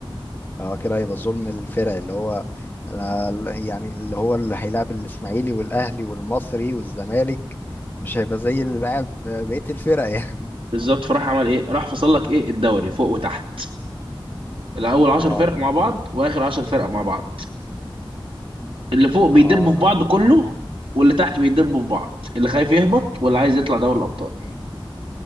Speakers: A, on the left (about 20°); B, on the right (about 80°).
A: اه كده هيبقى ظلم للفرق اللي هو انا يعني اللي هو اللي هيلعب الاسماعيلي والاهلي والمصري والزمالك مش هيبقى زي اللي لعب بقية الفرق يعني
B: بالظبط فراح عمل ايه راح فصل لك ايه الدوري فوق وتحت الاول 10
A: اه
B: فرق مع بعض واخر 10 فرق مع بعض اللي فوق
A: اه
B: بيدبوا في بعض كله واللي تحت بيدبوا في بعض اللي خايف يهبط واللي عايز يطلع دوري الابطال